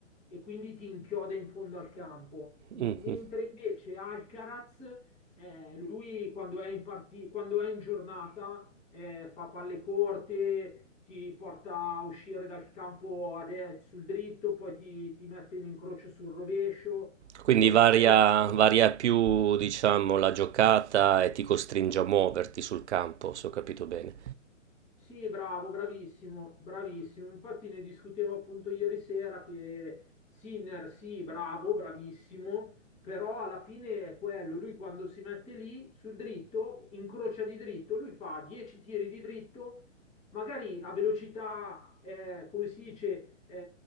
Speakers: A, on the left; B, on the right.
A: e quindi ti inchioda in fondo al campo. Mentre
B: Mh-mh.
A: invece Alcaraz, eh, lui quando è in parti- quando è in giornata, eh, fa palle corte, ti porta a uscire dal campo a de- sul dritto, poi ti, ti mette in incrocio sul rovescio.
B: Quindi
A: Insomma,
B: varia
A: è un gioco
B: varia più, diciamo, la giocata e ti costringe a muoverti sul campo, se ho capito bene.
A: Sì, bravo, bravissimo, bravissimo. Infatti ne discutevo appunto ieri sera che Sinner, sì, bravo, bravissimo, però alla fine è quello, lui quando si mette lì sul dritto, incrocia di dritto, lui fa 10 tiri di dritto, magari a velocità, eh, come si dice, eh,